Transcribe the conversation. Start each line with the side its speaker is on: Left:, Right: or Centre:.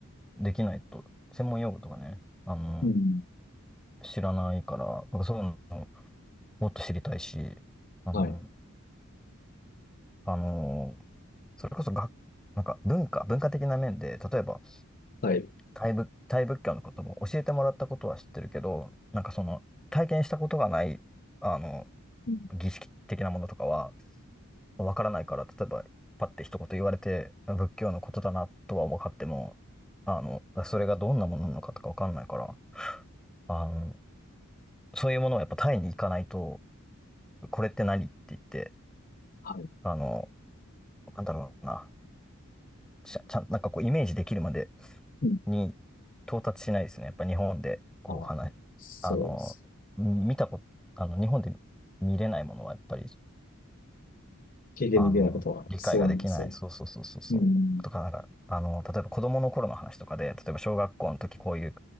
Centre: できないと、専門用語とかね、あの、
Left: うん。
Centre: 知らないから、なんかそういうのもっと知りたいし、あの、
Left: はい。
Centre: あの、それこそ学、なんか文化、文化的な面で、例えば、
Left: はい。
Centre: タイ仏、タイ仏教のことも教えてもらったことは知ってるけど、なんかその、体験したことがない、あの、
Left: うん
Centre: 儀式的なものとかは、わからないから、例えば、パッて一言言われて、あ仏教のことだなとは分かっても、あの、それがどんなものなのかとかわかんないから、あの、そういうものをやっぱタイに行かないと、これって何って言って、
Left: あはい。
Centre: あの、なんだろうな、ちゃ、ちゃん、なんかこうイメージできるまで
Left: うん。
Centre: に到達しないですね。やっぱ日本で、こう話、
Left: あ、そうです。
Centre: あの、見たこと、あの、日本で見れないものはやっぱり、
Left: 経験できないことはそうなんですよ。
Centre: あの、理解ができない。そうそうそうそうそう。
Left: うん。
Centre: とか、なんか、あの、例えば子供の頃の話とかで、例えば小学校の時こういう、